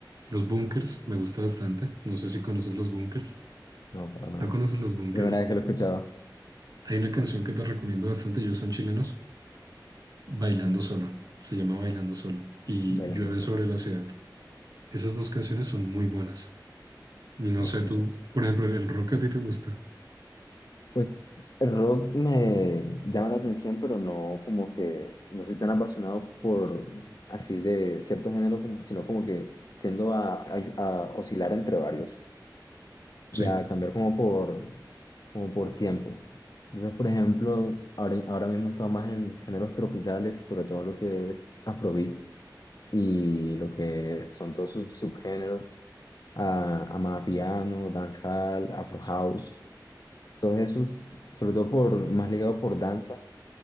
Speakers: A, on the right; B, on the left.
A: Los Bunkers, me gusta bastante. No sé si conoces los Bunkers.
B: no, para nada.
A: ¿No conoces los Bunkers?
B: Primera vez que lo he escuchado,
A: Hay una canción que te recomiendo bastante, ellos son chilenos, Bailando Solo. Se llama Bailando Solo. Y
B: bailando
A: Llueve
B: solo,
A: sobre la ciudad. Esas dos canciones son muy buenas. Y no
B: las
A: sé,
B: escuchas.
A: tú, por ejemplo, el rock a ti te gusta.
B: Pues el rock me llama la atención, pero no como que no soy tan apasionado por así de cierto género, como, sino como que tiendo a, a- a oscilar entre varios. y
A: Sí,
B: a cambiar como por, como por tiempos. Entonces, por ejemplo, ahora, ahora mismo estamos más en géneros tropicales, sobre todo lo que es Afrobeat y lo que son todos sus subgéneros, a, amapiano, dancehall, afro house, todos esos, sobre todo por, más ligado por danza